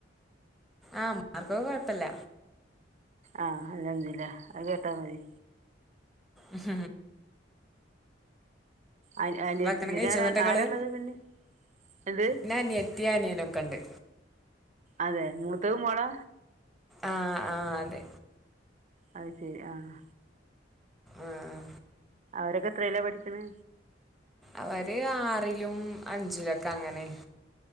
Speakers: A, in the centre; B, on the right (about 40°).
A: ആഹ് മാർക്കൊക്കെ കൊയപ്പല്ല
B: ആഹ് അല്ഹംദുലില്ലാഹ് അത് കേട്ട മതി
A: ഉം
B: അനി അനിയത്തി
A: ഭത്തണം
B: പിന്നെ
A: കഴിച്ചന്നിട്ടെങ്ങള്
B: ആരാ ആരാള്ളത് പിന്നെ എന്ത്
A: ഇൻ്റെങ പ്പയ് അനിയനൊക്കെണ്ട്
B: അതെ മൂത്തത് മോളാ
A: ആഹ് ആഹ് അതെ
B: അത് ശരി ആഹ്
A: ആഹ്
B: അവരൊക്കെ എത്രയില പഠിക്കണ്
A: അവര് ആറിലും അഞ്ചിലൊക്കെ അങ്ങനെ